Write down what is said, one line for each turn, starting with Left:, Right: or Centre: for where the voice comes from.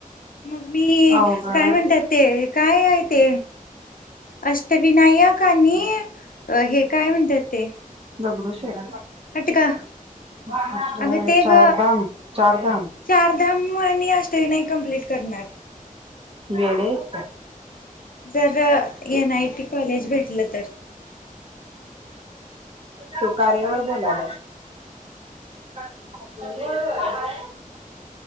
Left: मग मी
Right: अवघड
Left: काय
Right: आहे.
Left: म्हणतात ते? काय आहे ते? अष्टविनायक -- आणि अ् हे काय म्हणतात ते?
Right: दगडू शेट
Left: हट गं
Right: अष्टविनायक
Left: अगं ते
Right: चारधाम
Left: ग,
Right: चारधाम
Left: चारधाम आणि अष्टविनायक कम्प्लीट करणार.
Right: वेडी हाईस का?
Left: जर एन आय टी कॉलेज भेटलं तर
Right: तू कार्यावर बोलल्यास. <inaudible> <unintelligible>